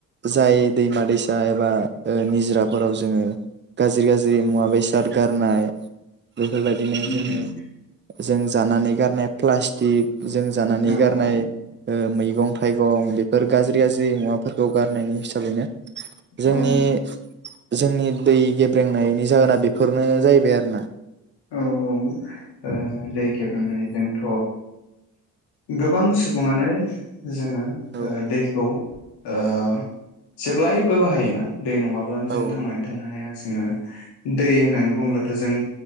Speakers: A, on the right; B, on the left.
A: जाय दैमा दैसा एबा निजोराफोराव जोंङो गाज्रि-गाज्रि मुवा बेसाद गारनाय बेफोरबायदिनो
B: उम
A: जोंङो जों जानानै गारनाय प्लास्टिक जों जानानै
B: औ
A: गारनाय
B: औ
A: मैगं थाइगं बेफोर गाज्रि-गाज्रि मुवाफोरखौ गारनायनि हिसाबैनो जोंनि
B: औ
A: जोंनि दै गेब्रेंनायनि जाहोना बेफोरनो जाहैबाय आरोना
B: औ-औ ओ दै गेब्रेंनायजोंथ गोबां सुबुंङानो जोंङो
A: औ
B: दैखौ ओ जेब्लायबो बाहायोना दै नंङाब्लानो
A: औ
B: जों थांनानै थानो हाया जोंङो दै होननानै बुंङोब्लाथ' जों